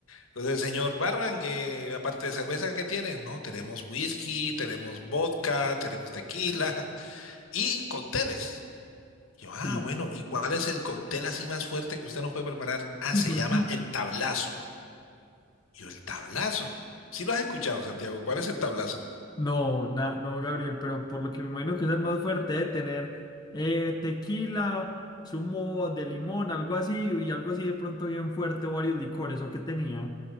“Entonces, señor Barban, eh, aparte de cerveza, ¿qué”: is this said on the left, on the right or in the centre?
Left